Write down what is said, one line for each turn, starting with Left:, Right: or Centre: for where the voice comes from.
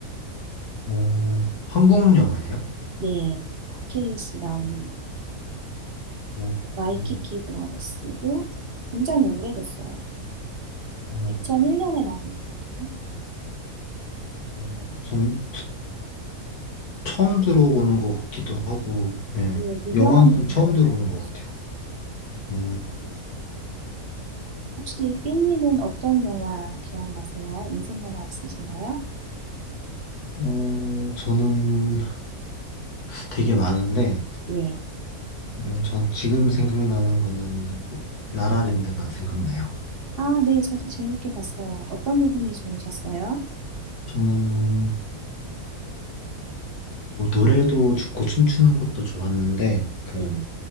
Left: 어, 한국 영화예요?
Right: 네, 박해일 씨 나오는 영화
Left: 어,
Right: 와이키키 브라더스고 굉장히 오래됐어요.
Left: 어,
Right: 2001년에 나온 영화예요.
Left: 어, 전 처음 들어보는 것 같기도 하고, 예.
Right: 네, 유명한
Left: 영화는 처음
Right: 영화로
Left: 들어보는
Right: 가는 거죠.
Left: 것 같아요. 음,
Right: 혹시 삐님은 어떤 영화 기억나세요? 인생 영화 있으신가요?
Left: 어, 저는 되게 많은데,
Right: 네.
Left: 지금, 전 지금 생각나는 거는 라라랜드가 생각나요.
Right: 아, 네, 저도 재밌게 봤어요. 어떤 부분이 좋으셨어요?
Left: 저는 뭐 노래도 좋고 춤추는 것도 좋았는데, 그
Right: 네,